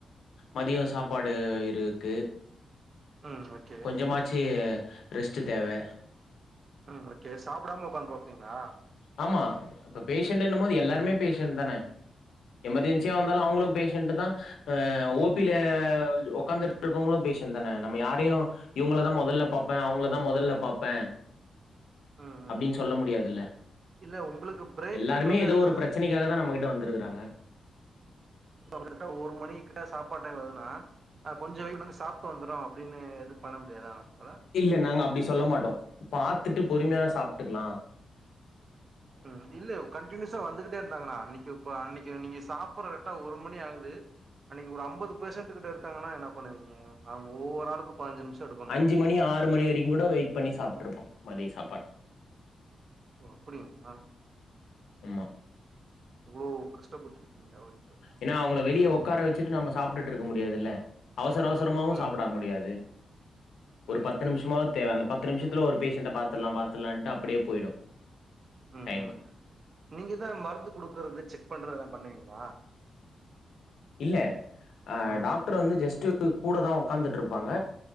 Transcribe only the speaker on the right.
ம் ஓக்
ம் ஓகே சாப்டாம ஒக்காந்துரு வாப்பீங்ளா
இல்ல
ம்
ம் ம்
இல்ல உங்களுக்கு பிரேக்குன்றது
இப்ப
இப்போ கரெக்டா ஒரு மணிக் சாப்பாட் டைம் வருதுனா அ கொஞ்சோ வெயிட் பண்ணுங்க சாப்ட்டு வந்தறோ அப்டினு எது பண்ண முடியாதா ஒங்கள
ம்
ம் இல்ல கண்டினியூஸா வந்துகிட்டே இருந்தாங்ணா அன்னைக்கு இப்ப அன்னக்கி நீங்க சாப்புற கரெட்டா ஒரு மணி ஆகுது அன்னக்கி ஒரு ஐம்பது பேசண்ட்டு கிட்ட இருக்காங்கன்னா என்ன பண்ணுவீங்க அவுங்க ஒவ்வொரு ஆளுக்கு பாஞ்சு நிமிஷோ எடுக்
ஓ அப்டி ஒன்னா
இவ்ளோக் கஸ்டப்பட்டிருக்கீங்களா ஓகே ஓகே
ம்
ம்
ம்
ம் நீங்கதா மருந்து கொடுக்கறது செக் பண்றதுலா பண்ணுவீங்களா
ம்